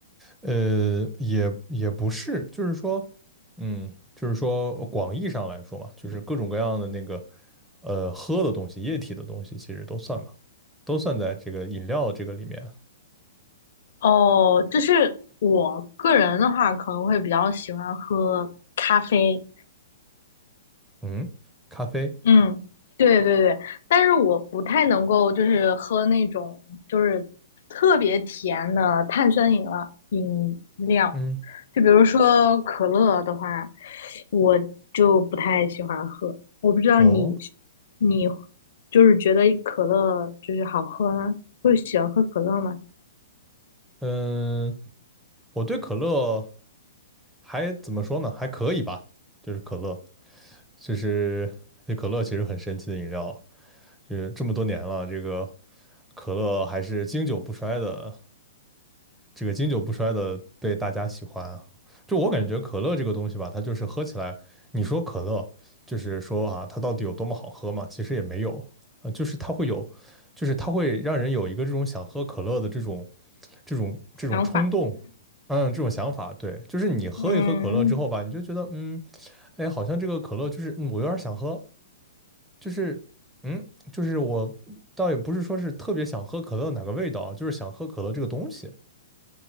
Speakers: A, in the centre; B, on the left.
A: 呃，也也不是，就是说，嗯，就是说广义上来说嘛，就是各种各样的那个，呃，喝的东西，液体的东西，其实都算嘛，都算在这个饮料这个里面。
B: 哦，就是我个人的话，可能会比较喜欢喝咖啡。
A: 嗯，咖啡，
B: 嗯，对对对，但是我不太能够就是喝那种就是特别甜的碳酸饮料饮料。
A: 嗯，
B: 就比如说可乐的话，我就不太喜欢喝。我不知道你，
A: 哦，
B: 你就是觉得可乐就是好喝吗？会喜欢喝可乐吗？
A: 嗯，我对可乐还怎么说呢？还可以吧，就是可乐。就是这可乐其实很神奇的饮料，就是这么多年了，这个可乐还是经久不衰的，这个经久不衰的被大家喜欢啊。就我感觉可乐这个东西吧，它就是喝起来，你说可乐，就是说啊，它到底有多么好喝嘛？其实也没有，呃，就是它会有，就是它会让人有一个这种想喝可乐的这种、这种、
B: 想法，
A: 这种冲动，嗯，这种想法。对，就是你喝一喝可乐之后吧，
B: 嗯
A: 你就觉得，嗯，哎，好像这个可乐就是，嗯我有点想喝。就是，嗯，就是我倒也不是说是特别想喝可乐哪个味道啊就是想喝可乐这个东西，